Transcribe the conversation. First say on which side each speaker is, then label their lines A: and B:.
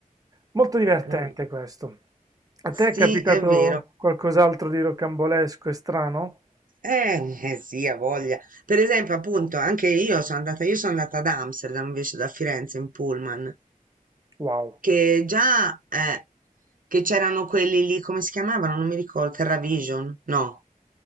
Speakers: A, on the right; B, on the right.
A: Molto divertente
B: Eh.
A: questo. A te
B: Sì,
A: è capitato
B: è vero.
A: qualcos'altro di rocambolesco e strano?
B: Eh, eh sì, ha voglia. Per esempio, appunto, anche io sono andata io sono andata ad Amsterdam invece da Firenze in pullman.
A: Wow,
B: Che già eh, che c'erano quelli lì, come si chiamavano? Non mi ricordo, TerraVision? No.